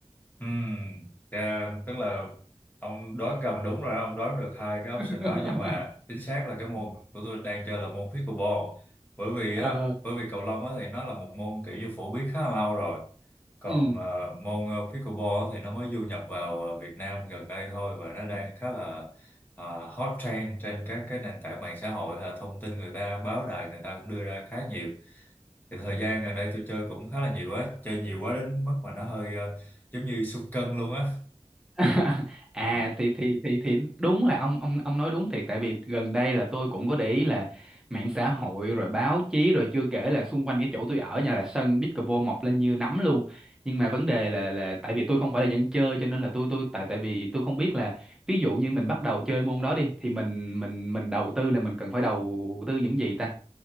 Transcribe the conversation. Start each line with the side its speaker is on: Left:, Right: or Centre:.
Left: Ừm, ra- tức là ông đoán gần đúng rồi đó. ông đoán được hai cái
Centre: <laughs>
Left: option đó nhưng mà chính xác là cái môn của tôi đang chơi là môn pickleball bởi vì
Centre: Ờ,
Left: á bởi vì cầu lông á thì nó là một môn kiểu như phổ biến khá là lâu rồi còn
Centre: ừ.
Left: ờ, môn ờ, pickleball á thì nó mới du nhập vào ờ, Việt Nam gần đây thôi và nó đang khá là ờ, hot trend trên các cái nền tảng mạng xã hội ờ, thông tin người ta báo đài người ta cũng đưa ra khá nhiều Thì thời gian gần đây tôi chơi cũng khá là nhiều á chơi nhiều quá đến mức mà nó hơi ờ, giống như sụt cân luôn á
Centre: <laughs> à
Left: Ờ.
Centre: thì thì thì thì đúng là ông ông ông nói đúng thiệt tại vì gần đây là tôi cũng có để ý là mạng xã hội rồi báo chí rồi chưa kể là xung quanh cái chỗ tôi ở nhà là sân pickleball mọc lên như nấm luôn nhưng mà vấn đề là là tại vì tôi không phải là dân chơi cho nên là tôi tôi tại tại vì tôi không biết là ví dụ như mình bắt đầu chơi môn đó đi thì mình mình mình đầu tư là mình cần phải đầu tư những gì ta